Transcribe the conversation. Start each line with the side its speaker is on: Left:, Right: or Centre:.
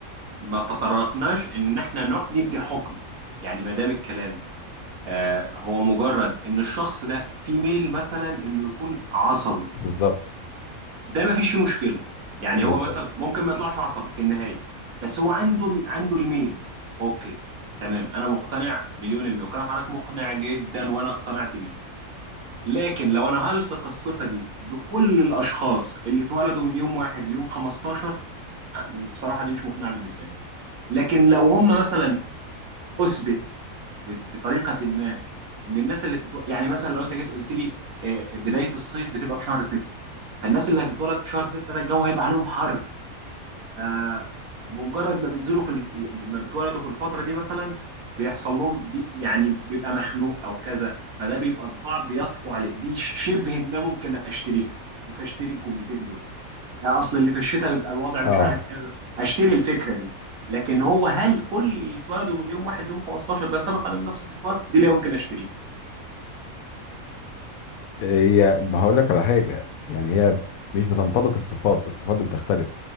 Right: ما تطرقناش إن إحنا نوع- ندي حكم يعني ما دام الكلام آه، هو مجرد إن الشخص ده في ميل مثلا إنه يكون عصبي
Left: بالظبط
Right: ده ما فيش فيه مشكلة يعني
Left: بالظبط
Right: هو مثلا ممكن ما يطلعش عصبي في النهاية بس هو عنده ال- عنده الميل أوكي تمام أنا مقتنع مليون المية وكلام حضرتك مقنع جدا وأنا اقتنعت بيه لكن لو انا هلصق الصفه دي بكل الاشخاص اللي اتولدوا من يوم واحد ليوم 15 بصراحه دي مش مقنعه بالنسبه لي لكن لو هم مثلا اثبت ب- بطريقه ما ان الناس اللي بتتو... يعني مثلا لو انت جيت قلت لي آه، بدايه الصيف بتبقى في شهر 6 فالناس اللي هتتولد في شهر 6 ده الجو هيبقى عليهم حر آه، بمجرد ما بينزلوا في الف... ما بيتولدوا في الفترة دي مثلا بيحصل لهم دي يعني بيبقى مخنوق او كذا فده بيبقى طباع بيطفو عليه دي ش- شبه ما ممكن اشتريها ممكن اشتري الجملتين دول آه، اصل اللي في الشتاء بيبقى الوضع مش
Left: اه
Right: عارف كذا اشتري الفكرة دي لكن هو هل كل اللي اتولدوا من يوم واحد يوم 15 بينطبق عليهم نفس الصفات دي لا يمكن اشتريها
Left: هي هقول لك على حاجه يعني هي مش بتنطبق الصفات الصفات دي بتختلف